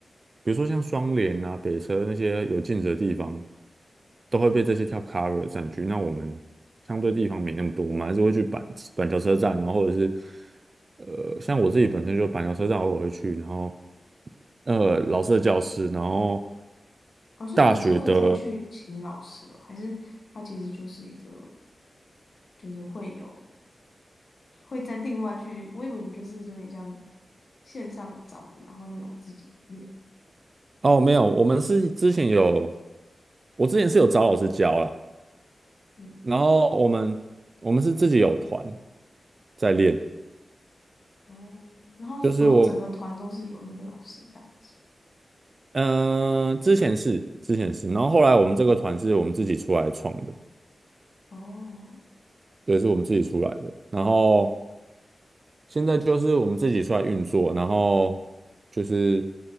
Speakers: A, on the right; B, on the left.
A: 比如说像双联啊、北车那些有镜子的地方，都会被这些跳 cover 占据。那我们相对地方没那么多，我们还是会去板板桥车站，然后或者是呃，像我自己本身就板桥车站偶尔会去，然后呃老师的教室，然后
B: 老师你们是会再去请老师哦，
A: 大学的
B: 还是他其实就是一个，就是会有会再另外去，我以为你们就是有点像线上找的，然后那种自己练，
A: 哦没有，我们是之前有，我之前是有找老师教啦，
B: 嗯，
A: 然后我们我们是自己有团在练。
B: 哦，然后说整个团都是由那个老师带着，
A: 就是我，嗯、之前是之前是，然后后来我们这个团是我们自己出来创的，
B: 哦，
A: 对，是我们自己出来的。然后现在就是我们自己出来运作，然后就是